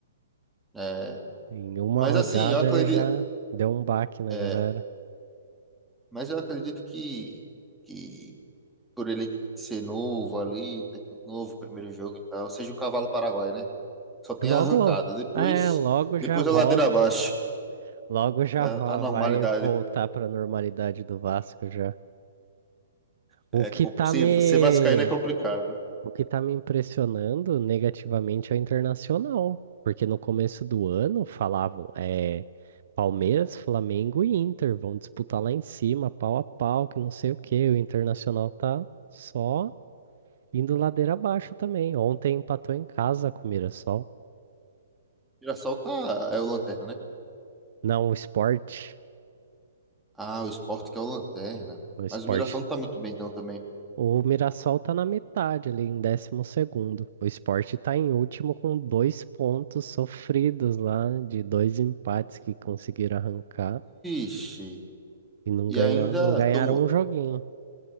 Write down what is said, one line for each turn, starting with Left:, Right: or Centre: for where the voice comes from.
Centre: É,
Right: Em uma
Centre: mas
Right: rodada
Centre: assim, eu acredito,
Right: ele já deu um baque na
Centre: é,
Right: galera.
Centre: mas eu acredito que, que por ele ser novo ali, técnico novo, primeiro jogo e tal, seja um cavalo paraguaio, né? Só tem
Right: Logo,
Centre: arrancada. Depois,
Right: é, logo
Centre: depois
Right: já volta.
Centre: a ladeira abaixo.
Right: Logo já
Centre: É
Right: va-
Centre: A, a normalidade.
Right: vai voltar para a normalidade do Vasco já. O
Centre: É,
Right: que
Centre: com-
Right: tá
Centre: se
Right: me,
Centre: você vascaíno é complicado. O
Right: o que tá me impressionando negativamente é o Internacional, porque no começo do ano falavam, é, Palmeiras, Flamengo e Inter vão disputar lá em cima, pau a pau, que não sei o quê. O Internacional tá só indo ladeira abaixo também. Ontem empatou em casa com o Mirassol.
Centre: Mirassol tá, é o lanterna, né?
Right: Não, o Sport.
Centre: Ah, o Sport que é o lanterna.
Right: O Sport
Centre: Mas o Mirassol não tá muito bem, então também.
Right: O Mirassol tá na metade ali, em décimo segundo. O Sport tá em último com dois pontos sofridos lá, de dois empates que conseguiram arrancar
Centre: Ixi.
Right: e não
Centre: E
Right: ganhar,
Centre: ainda
Right: não ganharam
Centre: tomou,
Right: um joguinho.